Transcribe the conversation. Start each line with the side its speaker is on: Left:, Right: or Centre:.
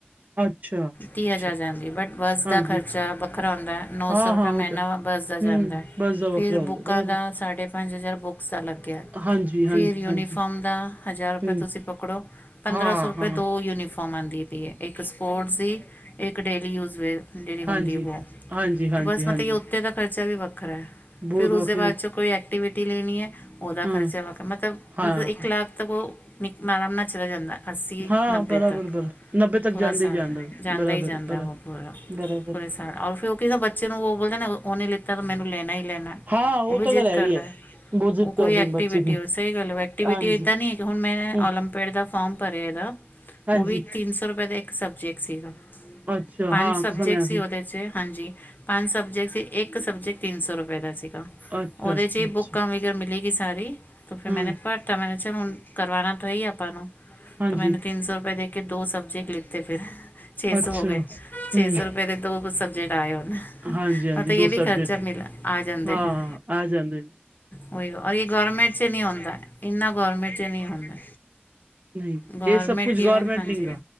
Right: ਅੱਛਾ।
Left: ਤੀਹ
Right: ਅੱਛਾ
Left: ਹਜ਼ਾਰ ਜਾਂਦੀ ਹੈ ਬਟ ਬੱਸ
Right: ਹਾਂਜੀ
Left: ਦਾ ਖਰਚਾ ਵੱਖਰਾ ਹੁੰਦਾ ਨੌਸੌ
Right: ਹਾਂ
Left: ਰੁਪਇਆ
Right: ਹਾਂ
Left: ਮਹੀਨਾ
Right: ਉਹ ਤਾਂ
Left: ਬੱਸ ਦਾ ਜਾਂਦਾ।
Right: ਹੂੰ ਬਸ ਦਾ
Left: ਫਿਰ
Right: ਵੱਖਰਾ ਹੁੰਦਾ
Left: ਬੁੱਕਾਂ
Right: ਬਰਾਬਰ
Left: ਦਾ ਸਾਢੇ ਪੰਜ ਹਜ਼ਾਰ ਬੁੱਕਸ ਦਾ ਅਲੱਗ।
Right: ਹਾਂਜੀ, ਹਾਂਜੀ,
Left: ਫਿਰ ਯੂਨੀਫਾਰਮ
Right: ਹਾਂਜੀ
Left: ਦਾ ਹਜ਼ਾਰ ਰੁਪਇਆ
Right: ਹੂੰ,
Left: ਤੁਸੀਂ ਪਕੜੋ। ਪੰਦਰਾਂ
Right: ਹਾਂ,
Left: ਸੌ ਰੁਪਏ
Right: ਹਾਂ।
Left: ਦੋ ਯੂਨੀਫਾਰਮ ਆਂਦੀ ਪੀਏ ਇੱਕ। ਸਪੋਰਟਸ ਦੀ ਏਕ ਡੇਲੀ ਯੂਸ ਵੀਅਰ ਜੇਦੀ ਹੁੰਦੀ
Right: ਹਾਂਜੀ,
Left: ਏ ਵਾਰਮ
Right: ਹਾਂਜੀ, ਹਾਂਜੀ,
Left: ਬਸ
Right: ਹਾਂਜੀ।
Left: ਮਤਲਬ। ਉਤੇ ਦਾ ਖਰਚਾ ਵੀ ਵੱਖਰਾ ਹੈ
Right: ਬਹੁਤ
Left: ਫਿਰ ਉਸਦੇ
Right: ਵੱਖਰੇ
Left: ਬਾਅਦ ਚੋਂ ਕੋਈ ਐਕਟੀਵਿਟੀ ਲੇਨੀ ਐ। ਉਹਦਾ
Right: ਹਾਂ,
Left: ਖਰਚਾ ਵਾ ਕੇ ਮਤਲਬ
Right: ਹਾਂ।
Left: ਮਤਲਬ ਇੱਕ ਲੱਖ ਤੱਕ ਉਹ ਨਿਕ ਆਰਾਮ ਨਾਲ ਚਲਾ ਜਾਂਦਾ। ਅੱਸੀ
Right: ਹਾਂ
Left: ਨੱਬੇ
Right: ਬਰਾਬਰ
Left: ਤੱਕ
Right: ਬਰਾ ਨੱਬੇ ਤੱਕ
Left: ਪੂਰਾ
Right: ਜਾਂਦੇ
Left: ਸਾਲ
Right: ਹੀ ਜਾਂਦੇ
Left: ਦਾ ਜਾਂਦਾ
Right: ਬਰਾਬਰ
Left: ਹੀ ਜਾਂਦਾ
Right: ਬ
Left: ਉਹ ਪੂਰਾ
Right: ਬਰਾਬ।
Left: ਪੂਰੇ ਔਰ ਫਿਰ ਉਹ ਕਹੇਗਾ ਬੱਚੇ ਨੂੰ ਉਹ ਬੋਲਦੇ ਨਾ ਉਹਨੇ ਲਿੱਤਾ ਤਾਂ ਮੈਨੂੰ ਲੈਣਾ ਹੀ ਲੈਣਾ।
Right: ਹਾਂ ਉਹ
Left: ਵੀ
Right: ਤਾਂ
Left: ਜਿੱਦ
Right: ਗਾਲ ਹੈ
Left: ਕਰਦਾ
Right: ਈ ਹੈ। ਬਹੁਤ ਜ਼ਿੱਦ
Left: ਉਹ ਕੋਈ
Right: ਕਰਦੇ
Left: ਐਕਟੀਵਿਟੀ
Right: ਨੇ ਬੱਚੇ ਫਿਰ
Left: ਉਹ ਸਹੀ ਗੱਲ ਹੋ। ਐਕਟੀਵਿਟੀ
Right: ਹਾਂਜੀ,
Left: ਇੱਦਾਂ ਨਹੀਂ ਹੈ ਕਿ ਹੁਣ ਮੈਂ
Right: ਹੂੰ,
Left: ਓਲੰਪਿਡ ਦਾ ਫੋਮ ਭਰਿਆ ਇਹਦਾ।
Right: ਹਾਂਜੀ।
Left: ਉਹ ਵੀ ਇੱਕ ਤਿੰਨ ਸੌ ਰੁਪਏ ਦਾ ਇੱਕ ਸੁਬਜੈਕਟ ਸੀਗਾ।
Right: ਅੱਛਾ,
Left: ਪੰਜ
Right: ਹਾਂ
Left: ਸਬਜੈਕਟ
Right: ਸੁਣਿਆ
Left: ਸੀ ਉਹਦੇ ਚ ਹਾਂਜੀ। ਪੰਜ ਸਬਜੈਕਟ ਸੀ। ਇੱਕ ਸਬਜੈਕਟ ਤਿੰਨ ਸੌ ਰੁਪਏ ਦਾ ਸੀਗਾ। ਉਹਦੇ
Right: ਅੱਛਾ, ਅੱਛਾ,
Left: ਚ ਹੀ
Right: ਅੱਛਾ
Left: ਬੁੱਕਾਂ ਵਗਰ ਮਿਲੇਗੀ ਸਾਰੀ ਤੇ ਫੇਰ
Right: ਹਾਂ,
Left: ਮੈਨੇ। ਤਾਂ ਮੈਨੇ ਚ ਹੁਣ ਕਰਵਾਉਣਾ ਤਾਂ ਹੀ ਆਪਾਂ ਨੂੰ।
Right: ਹਾਂਜੀ,
Left: ਤਾਂ ਮੈਨੇ ਤਿੰਨ ਸੌ ਰੁਪਏ ਦੇ ਕੇ ਦੋ ਸੁਬਜੈਕਟ ਲਿੱਤੇ ਫਿਰ। ਛੇ ਸੌ
Right: ਅੱਛਾ।
Left: ਹੋ ਗਏ
Right: ਹੂੰ,
Left: ਛੇ ਸੌ ਰੁਪਏ ਦੇ ਦੋ ਕੁ ਸਬਜੈਕਟ ਆਏ। ਉਹਨੇ। ਮਤਲਬ
Right: ਹਾਂਜੀ, ਹਾਂਜੀ
Left: ਇਹ
Right: ਦੋ
Left: ਵੀ
Right: ਸਬਜੈਕਟ
Left: ਖਰਚਾ ਮਿਲ ਆ ਜਾਂਦੇ
Right: ਹਾਂ
Left: ਫਿਰ।
Right: ਆ ਜਾਂਦੇ ਨੇ।
Left: ਉਹੀ ਔਰ ਇਹ ਗਰਮੈਂਟ ਚ' ਨਹੀਂ ਹੁੰਦਾ। ਇਨਾ ਗੌਰਮੈਂਟ ਚ' ਨਹੀਂ ਹੁੰਦਾ।
Right: ਨਹੀਂ
Left: ਗਰਮੈਂਟ
Right: ਇਹ ਸਭ ਕੁਛ
Left: ਕਿਵੇਂ
Right: ਗੌਰਮੈਂਟ
Left: ਹਾਂਜੀ।
Right: ਨਹੀਂ ਗਾ